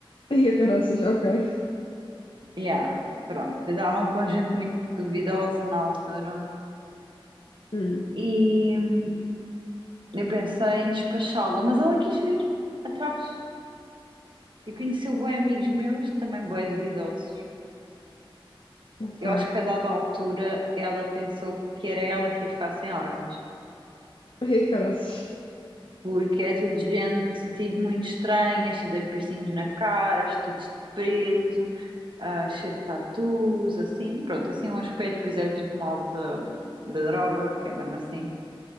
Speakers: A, on the left (about 65°); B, on the right (about 60°).
A: E a caraças, ok.
B: Yeah, pronto, andavam com gente muito duvidosa na altura.
A: Hum.
B: E hum, eu pensei em despachá-la, mas ela quis vir atrás. E conheceu bué amigos meus, também bué duvidosos.
A: Ok.
B: Eu acho que a dada altura ela pensou que era ela que ia ficar sem órgãos.
A: Ai, caraças.
B: Porque é tudo gente tipo muito estranha, cheia de piercings na cara, vestidos de preto, ah, cheia de tatus, assim, pronto, assim é um aspecto, pois é tudo malta da, da droga, que é mesmo assim.